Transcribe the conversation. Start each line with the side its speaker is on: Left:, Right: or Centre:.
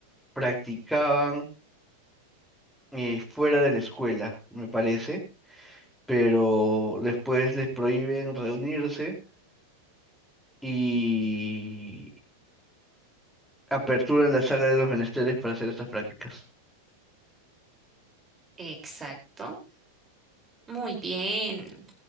Centre: practicaban eh, fuera de la escuela, me parece. pero después les prohíben reunirse y aperturan la sala de los menesteres para hacer estas prácticas.
Right: Exacto. Muy bien.